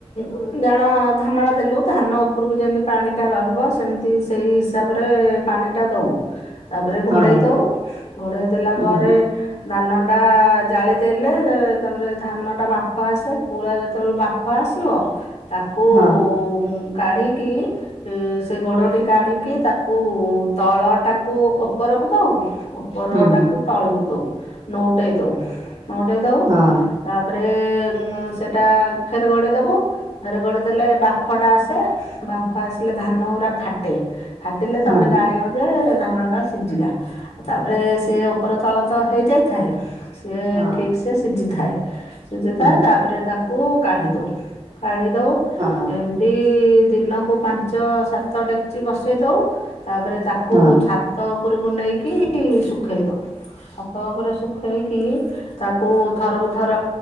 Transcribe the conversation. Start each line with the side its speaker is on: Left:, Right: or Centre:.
Left: ଉଁ ଜଣ ଧାନ ଟା ଦେଲୁ ଧାନ ଉପରକୁ ଯେମିତି ପାଣି ଟା ରହିବ ସେମିତି ସେଇ ହିସାବରେ ପାଣି ଟା ଦଉ। ତାପରେ ଘୋଡ଼େଇ
Right: ହଁ
Left: ଦଉ ଘୋଡେଇ ଦେଲା
Right: ହୁଁ
Left: ପରେ ଧାନ ଟା ଜାଳି ଦେ ଲେ ଏ ତାପରେ ଧାନ ଟା ବାମ୍ପ ଆସେ ପୁରା ଯେତେବେଳେ ବାମ୍ଫ ଆସିବ। ତାକୁ
Right: ହଁ
Left: ଉଁ। କାଢିକି ଏ ସେ ଘୋଡଟି କାଢିକି ତାକୁ ତଳ ଟାକୁ ଓପର କଥା ହବୁ। ଉପର
Right: ହୁଁ
Left: ଟାକୁ ତଳକୁ ଦଉ ନଉଟେଇ ଦଉ ନଉଟେଇ ଦଉ
Right: ହଁ
Left: ତାପ ଏ ହଁ ସେଟା ଫେରେ ଗଡେଇଦେବୁ ଫେରେ ଗଡେଇ ଦେଲେ ବାମ୍ଫଟା ଆସେ ବାମ୍ପ ଆସିଲେ ଧା ଧାନ ଗୁଡା ଫାଟେ ଫାଟିଲେ ତମେ
Right: ହଁ
Left: ଜାଣିବ ଯେ। ଧାନ ଟା ସିଝିଲା ତାପରେ ସିଏ ଉପର ତଳ ତ ହେଇଯାଇଥାଏ ସିଏ
Right: ହଁ
Left: ସିଝି ଥାଏ ସିଝିଥାଏ
Right: ହୁଁ
Left: ତାପରେ ତାକୁ କାଢି ଦଉ କାଢି ଦଉ
Right: ହଁ
Left: ଏମିତି ଦିନକୁ ପାଞ୍ଚ ସାତ ଡେକଚି ବସେଇ ଦଉ। ତାପରେ ତାକୁ
Right: ହଁ
Left: ଛାତ ଉପରକୁ ନେଇକି ଶୁଖେଇ ଦଉ ଛାତ ଉପରେ ଶୁଖେଇକି। ତାକୁ ଥରକୁ ଥର।